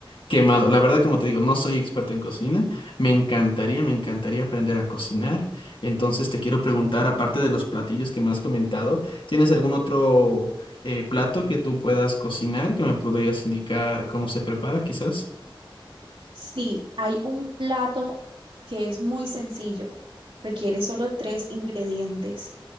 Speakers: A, on the left; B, on the right.
A: quemado. La verdad, como te digo, no soy experto en cocina. Me encantaría, me encantaría aprender a cocinar. Entonces te quiero preguntar, aparte de los platillos que me has comentado, ¿Tienes algún otro eh, plato que tú puedas cocinar que me podrías indicar cómo se prepara, quizás?
B: Sí, hay un plato que es muy sencillo, requiere solo tres ingredientes.